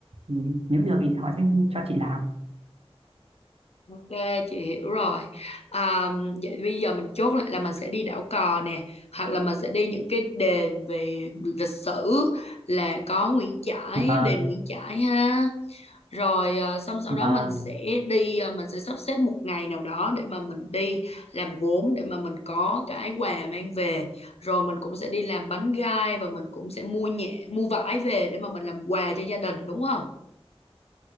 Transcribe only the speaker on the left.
Ok chị hiểu rồi à, vậy bây giờ mình chốt lại là mình sẽ đi đảo cò nè hoặc là mình sẽ đi những cái đền về lịch sử là có Nguyễn Trãi
đền Nguyễn Trãi ha rồi à, xong sau
đó mình sẽ đi à, mình sẽ sắp xếp một ngày nào đó để mà mình đi làm gốm để mà mình có cái quà mang về rồi mình cũng sẽ đi làm bánh gai và mình cũng sẽ mua nhẹ mua vải về để mà mình làm quà cho gia đình đúng không